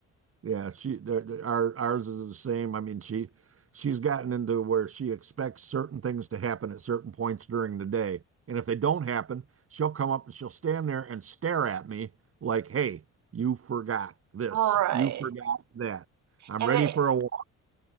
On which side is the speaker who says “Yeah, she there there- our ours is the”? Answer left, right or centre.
Right